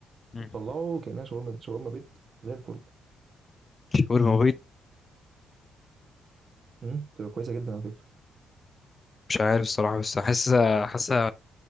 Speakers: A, on the left; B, on the right.
A: مم.
B: وتطلعه كانها شاورما شاورما بيت زي الفل
A: شاورما بيض
B: امم تبقى كويسه جدا على فكره
A: مش عارف الصراحه بس حاسه حاسه